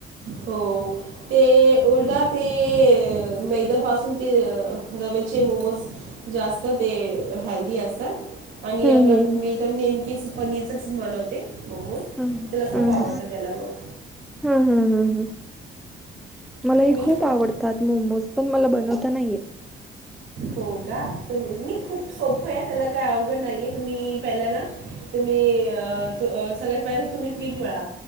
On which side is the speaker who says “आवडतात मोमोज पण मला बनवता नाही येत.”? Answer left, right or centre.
Centre